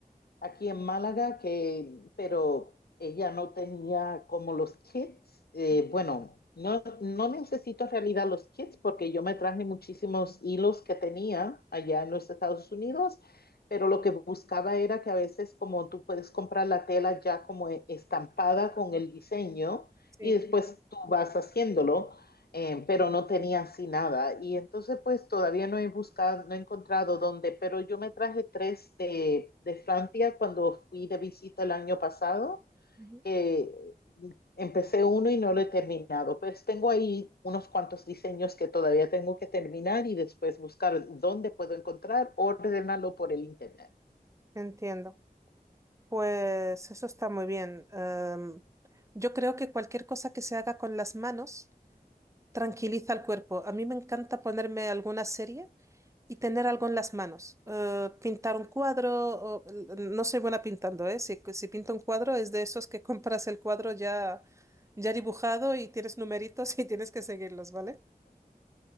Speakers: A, on the left (about 80°); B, on the right (about 20°).
A: aquí en Málaga, que, pero ella no tenía como los kits. Eh,
B: Mm,
A: bueno, no, no necesito en realidad los kits porque yo me traje muchísimos hilos que tenía allá en los Estados Unidos, pero lo que buscaba era que a veces como tú puedes comprar la tela ya como e-, estampada con el diseño
B: Sí.
A: y después tú vas haciéndolo eh, pero no tenía así nada. Y entonces, pues todavía no he buscado, no he encontrado dónde, pero yo me traje tres de, de Francia cuando fui de visita el año pasado,
B: Ujú.
A: que empecé uno y no lo he terminado. Pues tengo ahí unos cuantos diseños que todavía tengo que terminar y después buscar dónde puedo encontrar, ordenarlo por el internet.
B: Entiendo. Pues eso está muy bien. Em, yo creo que cualquier cosa que se haga con las manos tranquiliza al cuerpo. A mí me encanta ponerme alguna serie y tener algo en las manos. Eh, pintar un cuadro, o- no soy buena pintando, ¿eh? Si, si pinto un cuadro es de esos que <laughs> compras el cuadro ya, ya dibujado y tienes numeritos <laughs> y tienes que seguirlos, ¿vale?